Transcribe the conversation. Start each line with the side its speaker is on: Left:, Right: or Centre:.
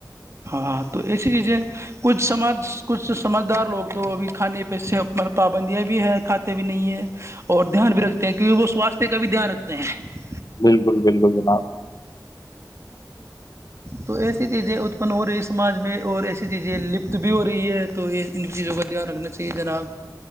Right: ہاں تو ایسی چیزیں کچھ سمج کچھ سمجھدار لوگ تو اب کھانے پہ سے ملب پابندیاں بھی ہے کھاتے بھی نہیں ہے اور دھیان بھی رکھتے ہیں کیونکہ وہ سوستھ کا بھی دھیان رکھتے ہیں
Left: بالکل بالکل جناب
Right: تو ایسی چیزیں ات ن ہو رہی ہے سماج میں اور ایسی چیزیں لپت بھی ہو رہی ہے تو یہ ان چیزوں کا دھیان رکھنا چاہیے جناب